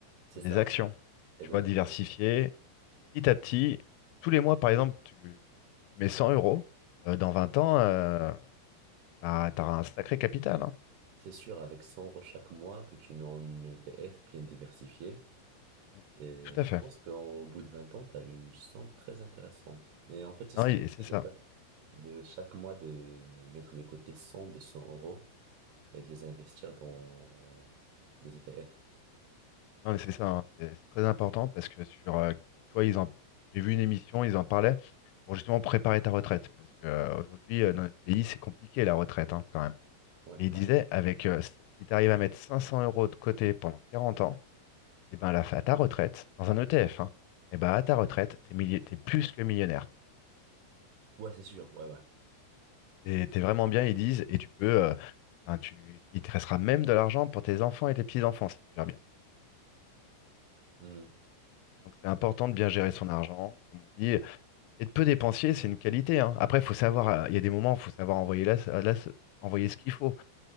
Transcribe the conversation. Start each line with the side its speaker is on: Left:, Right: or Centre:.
Right: C'est
Left: dans des
Right: ça,
Left: actions.
Right: exactement.
Left: Tu vois, diversifier petit à petit. Tous les mois, par exemple, tu mets 100 euros. euh, dans 20 ans, euh, t'as, t'auras un sacré capital. hein.
Right: C'est sûr, avec 100 euros chaque mois que tu mets en ETF bien diversifié,
Left: Mm.
Right: Et
Left: Tout à
Right: je
Left: fait.
Right: pense qu'au bout de 20 ans, tu as une somme très intéressante. Et en fait, c'est
Left: Non,
Right: ce
Left: oui,
Right: que
Left: et
Right: j'essaie
Left: c'est ça.
Right: de faire. De chaque mois, de mettre de côté 100, 200 euros et de les investir dans des ETF.
Left: Non, mais c'est ça. hein. C'est c'est très important parce que sur, euh, tu vois, ils en, j'ai vu une émission, ils en parlaient pour justement préparer ta retraite. Parce que euh, aujourd'hui, euh, dans notre pays, c'est compliqué la retraite hein, quand même.
Right: Ouais,
Left: Et il
Right: Ah,
Left: disait, avec, euh, s- si tu arrives à mettre 500 euros de côté pendant 40 ans, et ben là, à ta retraite, dans un ETF, hein, et ben à ta retraite,
Right: ouais.
Left: t'es milli- t'es plus que millionnaire.
Right: Ouais, c'est sûr. Ouais, ouais.
Left: T'es, t'es vraiment bien, ils disent, et tu peux, euh, enfin, tu, il te restera même de l'argent pour tes enfants et tes petits-enfants si tu gères bien.
Right: Hmm.
Left: Donc c'est important de bien gérer son argent, comme on dit, et de peu dépensier, c'est une qualité. hein. Après, faut savoir, euh, il y a des moments où il faut savoir envoyer, la- la- envoyer ce qu'il faut.